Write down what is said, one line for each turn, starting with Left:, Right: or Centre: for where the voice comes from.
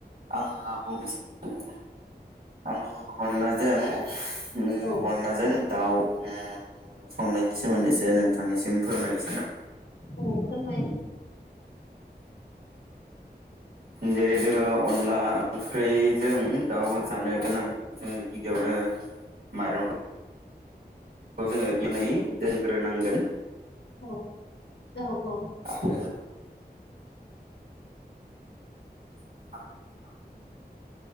Right: आङो बुंनोसै आङो अनलाजों उम
Left: औ
Right: अनलाजों दाउ ओम संनायनि सोमोन्दै ए से नोंथांनिसिम फोरमायनो सानदों।
Left: औ फोरमाय
Right: जेरै-जोङो अनला ओंख्रिजों दाउ जानो
Left: औ
Right: गोनां जोंनि गिबियावनो माइरंखौ खौ जोङो गिनै दोनग्रोनांगोन।
Left: औ औ औ
Right: आरो खांनायखौ